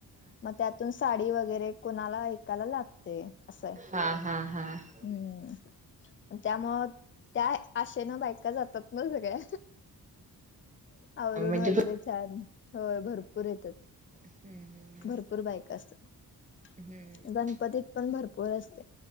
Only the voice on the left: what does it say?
मग त्यात साडी वगैरे कोणाला ऐकायला लागते असंय
हम्म त्यामुळ त्या आशेन बायका जातात ना सगळ्या आवरुून
वगैरे छान होय भरपूर येतात
भरपूर बायका असत्यात.
गणपतीत पण भरपूर असते.